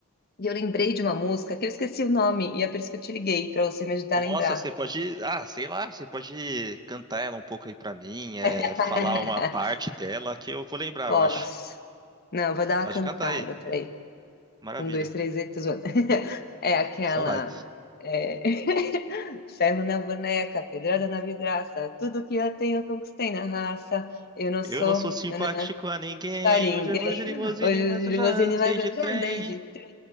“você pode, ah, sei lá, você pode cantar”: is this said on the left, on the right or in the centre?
Right